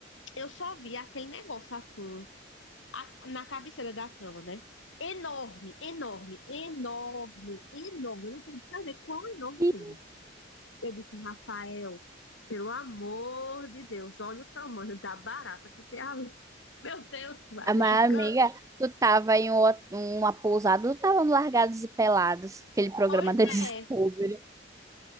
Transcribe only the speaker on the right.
Ih,
Ah, Mas,
amiga, tu tava em um hot- uma pousada, tu tava no Largados e Pelados, aquele programa
da <laughs> Discovery.